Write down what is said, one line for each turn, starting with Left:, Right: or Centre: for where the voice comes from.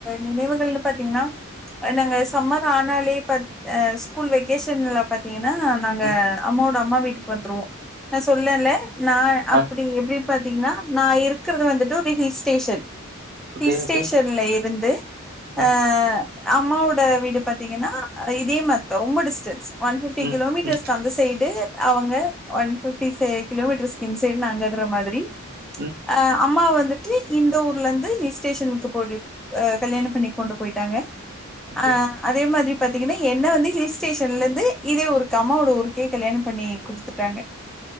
Centre: நினைவுகள்னு பாத்தீங்கன்னா நாங்க சம்மர் ஆனாலே பத் ஸ்கூல் வெக்கேஷன்ல பாத்தீங்கன் நா நாங்க
Right: ம்.
Centre: அம்மாவோட அம்மா வீட்டுக் கந்ருவோ நா சொல்லேன்ல நா அப்டி
Right: ஆ
Centre: எப்டி பாத்திங்னா நா இருக்கறது வந்துட்டு ஒரு hill station
Right: okay
Centre: hill ஸ்டேஷன்ல
Right: okay.
Centre: இருந்து அ
Right: ஆ.
Centre: அம்மாவோட வீடு பாத்திங்கன்னா இதே மார்தா ரொம்ப டிஸ்டன்ஸ் ஒன் ஃபிப்டி
Right: ம்.
Centre: கிலோமீட்டர்ஸ்க்
Right: ம்.
Centre: அந்த சைட்டு அவங்கே ஒன் ஃபிப்டிஸ்சே கிலோமீட்டர்ஸ்க் இன்சைட் நாங்கே இருகிற மாதிரி
Right: ம்.
Centre: ச்ச ஆ அம்மா வந் த டீ இந்த ஊர்லந்து டேஷன்க்கு போட்ரேப் ஆ கல்யாணம் பண்ணிட் கொண்டு போயிட்டாங்கே
Right: ஓகே.
Centre: ஆ அதே மாதிரி பாத்தீங்கனா என்னே வந்து ஹில் ஸ்டேஷன்லந்து இதே ஒருக்கம்மாவோட ஊருக்கே கல்யாணம் பண்ணி கொடுத்துட்டாங்கே